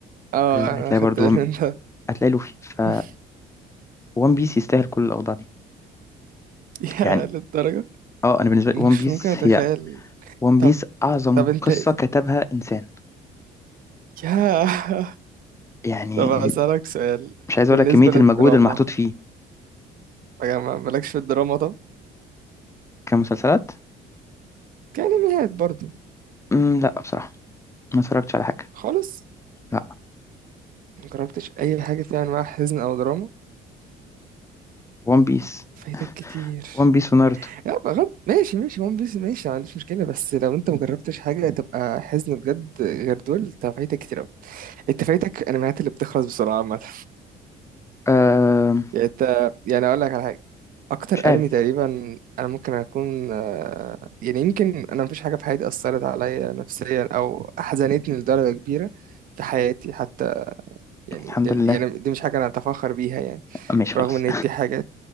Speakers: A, on the right; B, on the left.
A: اه
B: آه، هتلاقي
A: انا خدت
B: برضو
A: بالي من ده
B: هتلاقي لوفي ف
A: <laughs>
B: وان بيس يستاهل كل الاوضاع دي
A: يا
B: يعني
A: للدرجة
B: اه انا بالنسبه لي
A: مش
B: وان بيس
A: ممكن اتخيل
B: هي وان
A: طب
B: بيس اعظم
A: طب انت
B: قصه
A: إيه؟
B: كتبها انسان
A: يا <laughs>
B: يعني
A: طب
B: م-
A: اسألك سؤال
B: مش عايز اقول
A: بالنسبة
B: لك كميه
A: للدراما
B: المجهود المحطوط فيه
A: يا ما- مالكش في الدراما طب
B: كمسلسلات
A: كأنميات برضو
B: مم، لا بصراحه ما اتفرجتش على حاجه
A: خالص
B: لا
A: مجربتش اي حاجة فيها انواع حزن او دراما
B: وان بيس
A: فايتك كتير
B: وان بيس وناruto
A: لا بغض ماشي ماشي ون بيس ماشي ما عنديش مشكلة بس لو انت مجربتش حاجة تبقى حزن بجد غير دول انت فايتك كتير اوي انت فايتك انميات اللي بتخلص بسرعة عامة <laughs>
B: أه
A: يعني انت يعني اقول لك على حاجة اكتر
B: مش عارف
A: انمي تقريبا انا ممكن اكون آه، يعني يمكن انا مفيش حاجة في حياتي اثرت عليا نفسيا او حزنتني لدرجة كبيرة في حياتي حتى يعني
B: الحمد
A: لل-
B: لله
A: يعني دي مش حاجة انا اتفاخر بيها يعني
B: ماشي
A: برغم
B: خلاص
A: ان دي حاجة